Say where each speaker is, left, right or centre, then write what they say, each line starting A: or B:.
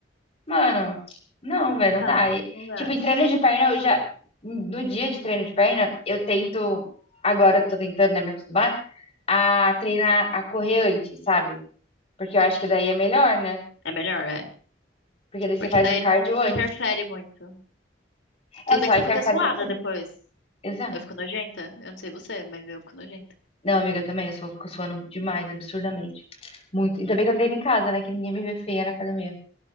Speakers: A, on the left; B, on the left.
A: mano, não, velho,
B: Não dá,
A: não dá. E,
B: não dá.
A: tipo, em treino de perna, eu já, no dia de treino de perna, eu tento, agora eu tô tentando, né, me acostumar a treinar, a correr antes, sabe? Porque eu
B: Uhum.
A: acho que daí é melhor, né?
B: É melhor, é.
A: Porque daí
B: Porque
A: você faz
B: daí
A: o cardio
B: não
A: antes.
B: interfere muito. Tudo
A: É
B: bem
A: só
B: que
A: interfere
B: você fica suada
A: no treino.
B: depois.
A: Exato.
B: Eu fico nojenta. Eu não sei você, mas eu fico nojenta.
A: Não, amiga, eu também. Eu sou, fico suando demais, absurdamente. Muito. Ainda bem que eu treino em casa, né? Que ninguém me vê feia na academia.